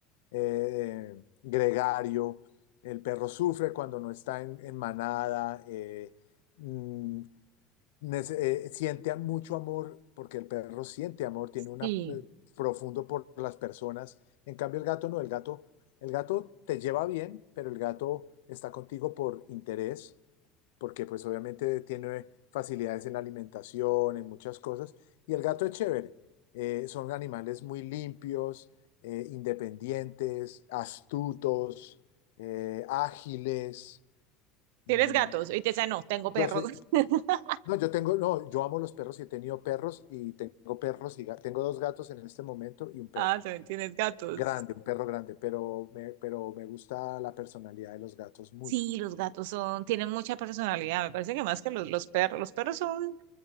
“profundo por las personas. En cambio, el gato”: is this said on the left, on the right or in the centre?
Left